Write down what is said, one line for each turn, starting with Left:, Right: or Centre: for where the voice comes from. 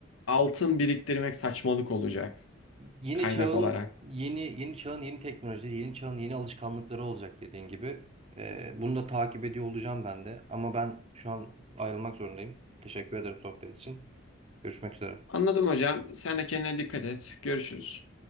Left: altın biriktirmek saçmalık olacak
Right: yeni
Left: kaynak
Right: çağın
Left: olarak.
Right: yeni yeni çağın yeni teknolojileri, yeni çağın yeni alışkanlıkları olacak dediğin gibi. Ee, bunu da takip ediyor olacağım ben de. Ama ben şu an ayrılmak zorundayım. Teşekkür ederim sohbet için. Görüşmek üzere.
Left: Anladım hocam. Sen de kendine dikkat et. Görüşürüz.